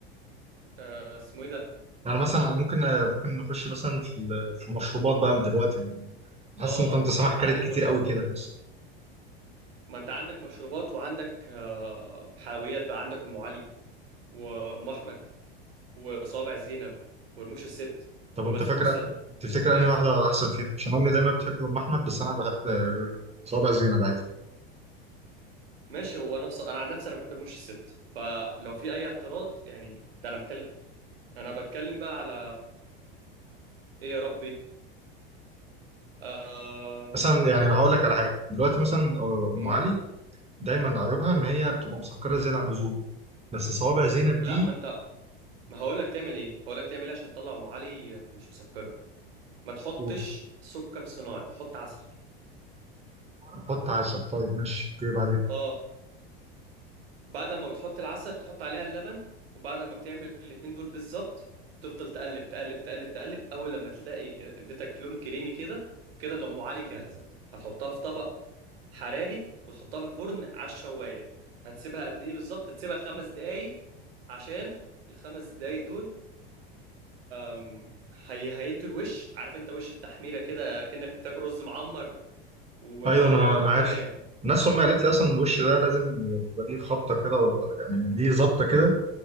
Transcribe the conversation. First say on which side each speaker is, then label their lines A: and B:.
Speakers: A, on the right; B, on the right.
A: آه اسمه ايه ده
B: يعني مثلا ممكن ممكن نخش مثلا في ال- في المشروبات بقى من دلوقتي يعني حاسس
A: اه
B: إن طنط سامح
A: يعني انت
B: كلت
A: عندك
B: كتير
A: مش...
B: قوي كده مثلا
A: ما انت عندك مشروبات وعندك آه حلويات بقى عندك ام علي وام احمد وصوابع زينب ورموش الست
B: طب
A: وبسبوسه
B: وأنت فاكرة تفتكر
A: وكنافه
B: أنهي واحدة أحسن فيهم عشان أمي دايما بتحب أم أحمد بس أنا بحب آه، صوابع زينب عادي
A: ماشي هو انا بص... انا عن نفسي انا بحب رموش الست فلو في اي اعتراض يعني ده انا بتكلم انا بتكلم بقى على ايه يا ربي أم...
B: مثلا يعني هقول لك على حاجة دلوقتي مثلا آه، أم
A: أم...
B: علي دايما عيوبها ان هي بتبقى مسكره زياده عن اللزوم بس صوابع زينب دي
A: لا ما انت ما هقول لك تعمل ايه هقول لك تعمل ايه عشان تطلع ام علي مش مسكره ما تحطش
B: قول
A: سكر صناعي حط عسل
B: نحط عشرة طيب ماشي اوكي بعدين
A: اه بعد ما بتحط العسل تحط عليها اللبن وبعد ما بتعمل الاتنين دول بالظبط تفضل تقلب تقلب تقلب تقلب اول لما تلاقي اديتك لون كريمي كده كده الام علي جاهزه هتحطها في طبق حراري وتحطها في الفرن على الشوايه هتسيبها قد ايه بالظبط تسيبها خمس دقايق عشان الخمس دقايق دول أم، هي هيدوا الوش عارف انت وش التحميره كده كأنك بتاكل رز معمر وكده
B: ايوه انا انا عارف
A: يعني
B: الناس هم قالت لي اصلا الوش ده لازم يبقى ليه خبطه كده ولا يعني ليه ظبطه كده